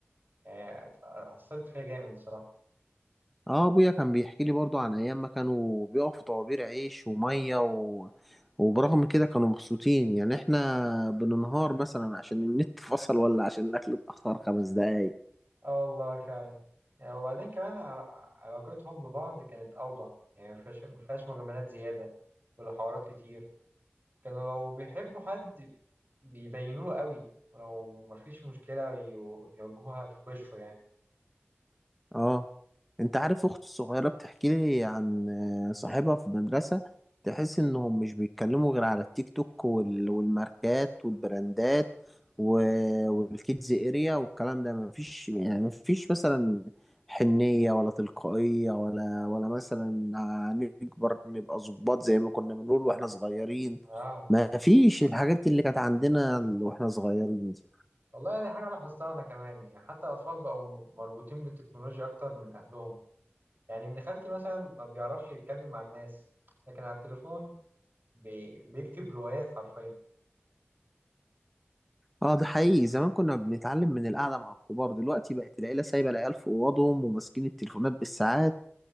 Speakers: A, on the right (about 50°); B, in the centre.
A: يعني أثرت فيها جامد الصراحة
B: اه ابويا كان بيحكي لي برضو عن ايام ما كانوا بيقفوا في طوابير عيش ومية و... وبرغم كده كانوا مبسوطين يعني احنا بننهار مثلا عشان النت فصل ولا عشان الاكل اتأخر خمس دقايق
A: اه والله فعلا يعني وبعدين كمان ع- علاقتهم ببعض كانت أوضح يعني مفيهاش مفيهاش مجاملات زيادة ولا حوارات كتير كانوا لو بيحبوا حد بيبينوا له قوي ولو مفيش مشكلة يو- يواجهوها في وشه يعني
B: اه انت عارف اختي الصغيرة بتحكي لي عن صاحبها في المدرسة تحس انهم مش بيتكلموا غير على التيك توك وال- والماركات والبراندات و- والكيدز اريا والكلام ده مفيش يعني مفيش مثلا حنية ولا تلقائية ولا ولا مثلا نكبر نبقى ظباط زي ما كنا بنقول واحنا صغيرين
A: اه
B: مفيش الحاجات اللي كانت عندنا واحنا صغيرين دي
A: والله دي حاجة لاحظتها أنا كمان يعني حتى الأطفال بقوا مربوطين بالتكنولوجيا أكتر من أهلهم يعني ابن خالتي مثلا ما بيعرفش يتكلم مع الناس لكن على التليفون بي... بيكتب روايات حرفيا
B: اه ده حقيقي زمان كنا بنتعلم من القعدة مع الكبار دلوقتي بقت العيلة سايبة العيال في أوضهم وماسكين التليفونات بالساعات